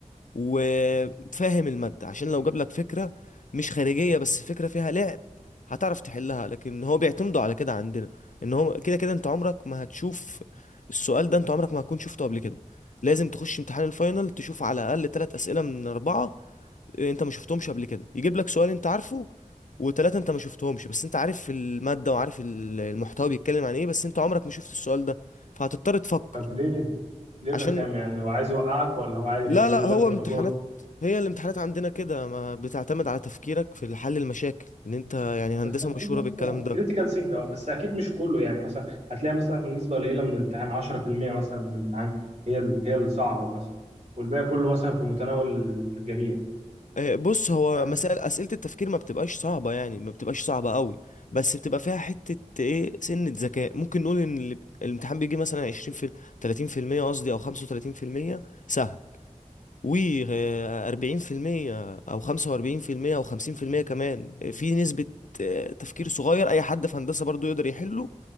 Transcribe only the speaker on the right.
طب ليه ليه الرخامه
يعني هو عايز يوقعك ولا هو عايز
يقلل
لك درجات
بس اكيد
مثلا
كريتيكال سينجر بس اكيد مش كله يعني مثلا هتلاقي مثلا نسبه قليله من الامتحان 10% مثلا من الامتحان هي ال- هي الصعبه مثلا والباقي كله مثلا في متناول الجميع
فاهم